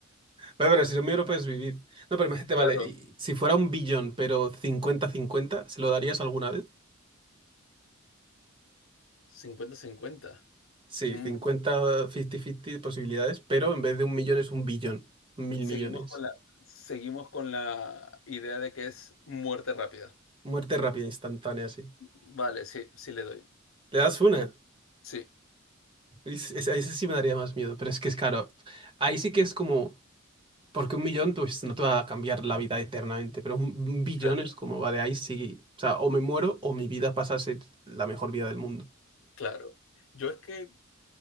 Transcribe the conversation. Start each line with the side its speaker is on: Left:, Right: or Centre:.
Right: Vale, pero si lo mío no puedes vivir. No, pero imagínate, vale,
Left: Claro,
Right: y si fuera un billón, pero cincuenta cincuenta ¿se lo darías alguna vez?
Left: cincuenta cincuenta
Right: Sí,
Left: Mm,
Right: cincuenta 50-50 posibilidades, pero en vez de un millón es un billón, mil
Left: Seguimos
Right: millones.
Left: con la, seguimos con la idea de que es muerte rápida.
Right: Muerte rápida, instantánea, así.
Left: Vale, sí, sí le doy.
Right: ¿Le das una?
Left: Sí,
Right: Es- es- A ese sí me daría más miedo, pero es que es caro Ahí sí que es como, porque un millón pues no te va a cambiar la vida eternamente, pero un un billón
Left: claro,
Right: es como, vale, ahí sí, o sea, o me muero o mi vida pasa a ser la mejor vida del mundo.
Left: claro. Yo es que